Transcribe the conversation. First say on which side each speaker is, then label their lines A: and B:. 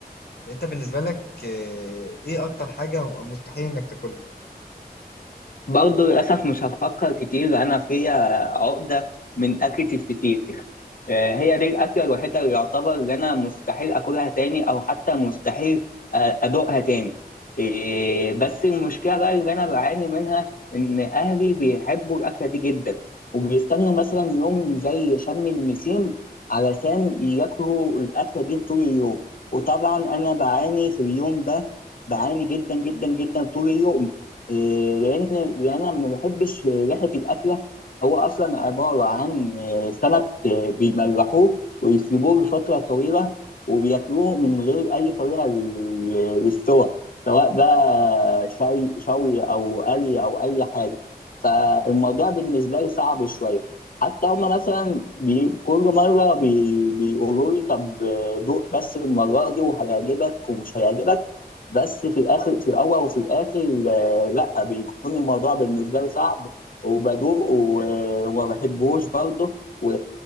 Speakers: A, on the left (about 75°); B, on the left (about 60°).
A: انت بالنسبة لك آه، ايه اكتر حاجة مستحيل انك تاكلها
B: برضه للأسف مش هفكر كتير أنا فيا عقدة من أكلة الفسيخ آه، هي دي الأكلة الوحيدة اللي يعتبر إن أنا مستحيل أكلها تاني أو حتى مستحيل آه، أدوقها تاني إيه، بس المشكلة بقى اللي أنا بعاني منها إن أهلي بيحبوا الأكلة دي جدا وبيستنوا مثلا يوم زي شم النسيم علشان ياكلوا الأكلة دي طول اليوم وطبعا أنا بعاني في اليوم ده بعاني جدا جدا جدا طول اليوم إيه، لأن لأن أنا ما بحبش ريحة الأكلة هو أصلا عبارة عن آه، سمك آه، بيملحوه ويسيبوه لفترة طويلة وبياكلوه من غير أي طريقة لل- للسوى سواء بقى شوي شوي أو قلي أو أي حاجة فالموضوع بالنسبة لي صعب شوية حتى هما مثلا بي كل مرة بي بيقولوا لي طب آه، دوق بس المرة دي وهيعجبك ومش هيعجبك بس في الآخر في الأول وفي الآخر آه، لأ بيكون الموضوع بالنسبة لي صعب وبدوق و- وما بحبوش برضه و...